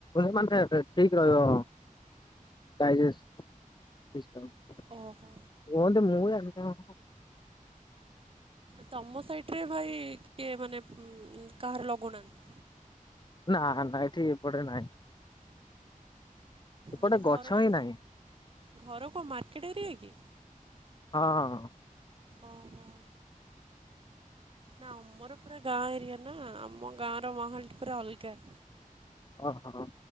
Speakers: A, on the left; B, on the right.
A: ମାନେ ଠିକ ରହିବ ଡାଇଜେଷଟ। କୁହନ୍ତି
B: ଓହୋ
A: ମୁଁ ଜାଣିନି କଣ
B: ତମ ସାଇଟରେ ଭାଇ କିଏ ମାନେ ଉଁ କାହାର ଲଗଉନାହାନ୍ତି?
A: ନା ନା ଏଠି ଏପଟରେ ନାହିଁ। ଏପଟେ
B: ମାନେ
A: ଗଛ
B: ଘରଟା
A: ହିଁ ନାହିଁ
B: ଘର କୋଉ ମାର୍କେଟ ଏରିଆ କି?
A: ହଁ।
B: ଓହୋ। ନା ଆମର ପୁରା ଗାଁ ଏରିଆ ନା ଆମ ଗାଁ ର ମାହଲ ଟି ପୁରା ଅଲଗା।
A: ଅ ହଁ।